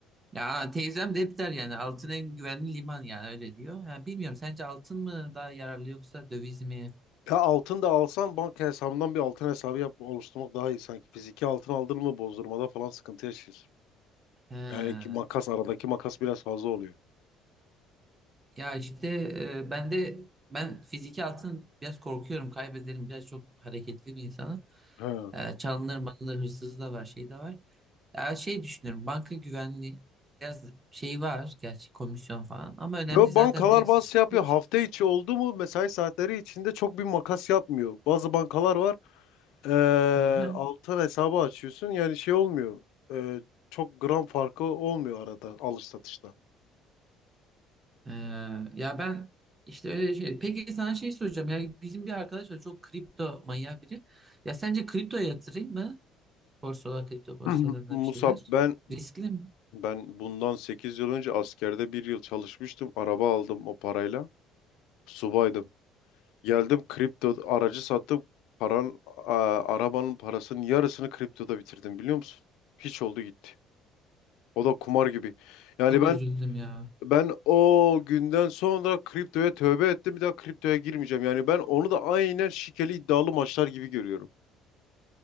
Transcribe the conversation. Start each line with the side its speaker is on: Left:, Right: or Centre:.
Right: Ya teyzem de hep der yani altın en güvenli liman yani öyle diyor. Ya bilmiyorum sence altın mı daha yararlı yoksa döviz mi?
Left: Ya altın da alsan banka hesabından bir altın hesabı yap, oluşturmak daha iyi sanki. Fiziki altın aldın mı bozdurmada falan sıkıntı yaşıyorsun.
Right: He.
Left: Yani ki makas aradaki makas biraz fazla oluyor.
Right: Ya işte e, ben de ben fiziki altın biraz korkuyorum kaybederim biraz çok hareketli bir insanım.
Left: He.
Right: E, çalınır malınır hırsızı da var şey de var. Ya şey düşünüyorum banka güvenliği biraz şey var gerçi komisyon falan ama önemli
Left: Yo
Right: zaten
Left: bankalar
Right: direkt
Left: bazı
Right: sıçradığı
Left: şey yapıyor.
Right: için.
Left: Hafta içi oldu mu mesai saatleri içinde çok bir makas yapmıyor. Bazı bankalar var. Ee,
Right: Hı hı.
Left: altın hesabı açıyorsun. Yani şey olmuyor. Ee, çok gram farkı olmuyor arada alış satışta.
Right: E, ya ben işte öyle şey. Peki sana şey soracağım ya bizim bir arkadaş var çok kripto manyağı biri. Ya sence kriptoya yatırayım mı? Borsalar kripto borsalarına
Left: <clears throat> Musab
Right: bir şeyler.
Left: ben
Right: Riskli mi?
Left: ben bundan 8 yıl önce askerde bir yıl çalışmıştım. Araba aldım o parayla. Subaydım. Geldim kripto aracı sattım. Paran, a- arabanın parasının yarısını kriptoda bitirdim biliyor musun? Hiç oldu gitti. O da kumar gibi. Yani
Right: Çok
Left: ben
Right: üzüldüm ya.
Left: ben o günden sonra kriptoya tövbe ettim. Bir daha kriptoya girmeyeceğim. Yani ben onu da aynen şikeli iddialı maçlar gibi görüyorum.